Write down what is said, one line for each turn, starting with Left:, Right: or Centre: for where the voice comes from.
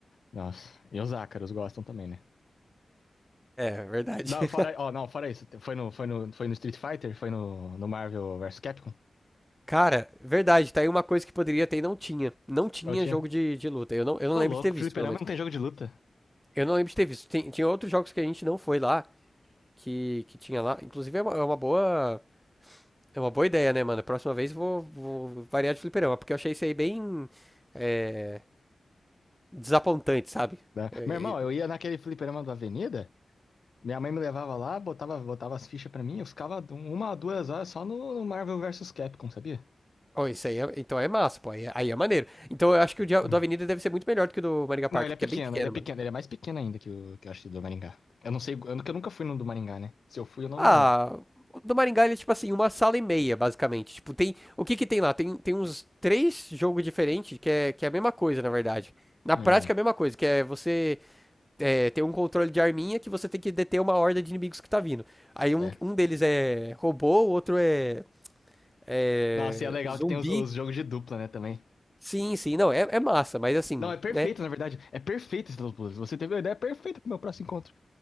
Left: nossa. E os ácaros gostam também, né?
Centre: É, verdade.
Left: Não,
Centre: <laughs>
Left: fora, ó, não, fora isso. Foi no, foi no, foi no Street Fighter? Foi no, no Marvel vs Capcom?
Centre: Cara, verdade, tá aí uma coisa que poderia ter e não tinha. Não tinha
Left: Não tinha?
Centre: jogo de, de luta. Eu não, eu não
Left: Ô,
Centre: lembro
Left: louco,
Centre: de ter visto,
Left: fliperama
Centre: pelo menos.
Left: não tem jogo de luta.
Centre: Eu não lembro de ter visto. Tem, tinha outros jogos que a gente não foi lá, que, que tinha lá. Inclusive é uma, é uma boa. É uma boa ideia, né, mano? Próxima vez vou, vou variar de fliperama, porque eu achei isso aí bem é, desapontante, sabe?
Left: Né?
Centre: É,
Left: Meu irmão,
Centre: é,
Left: eu ia naquele fliperama da Avenida, minha mãe me levava lá, botava, botava as fichas pra mim, eu ficava uma, a duas horas só no, no Marvel vs Capcom, sabia?
Centre: ó, isso aí, é- então é massa, pô. Aí, é- aí é maneiro. Então eu acho que o dia
Left: Hum.
Centre: do Avenida deve ser muito melhor do que o do Maringá Park,
Left: Não, ele
Centre: porque
Left: é pequeno,
Centre: é bem pequeno,
Left: ele é pequeno,
Centre: mano.
Left: ele é mais pequeno ainda que o que eu acho que do Maringá. Eu não sei, eu nunca, eu nunca fui no do Maringá, né? Se eu fui, eu não
Centre: Ah,
Left: me lembro.
Centre: o do Maringá ele é tipo assim, uma sala e meia, basicamente. Tipo, tem. O que que tem lá? Tem, tem uns três jogos diferentes que é, que é a mesma coisa, na verdade. Na
Left: Hum,
Centre: prática é a mesma coisa, que é você é, tem um controle de arminha que você tem que deter uma horda de inimigos que tá vindo. Aí um,
Left: é.
Centre: um deles é robô, o outro é, é
Left: Nossa, e é legal
Centre: zumbi.
Left: que tem os, os jogos de dupla, né, também.
Centre: Sim, sim, não, é, é massa, mas assim,
Left: Não, é perfeito,
Centre: né?
Left: na verdade. É perfeito esse Los Blues. Você teve uma ideia perfeita pro meu próximo encontro.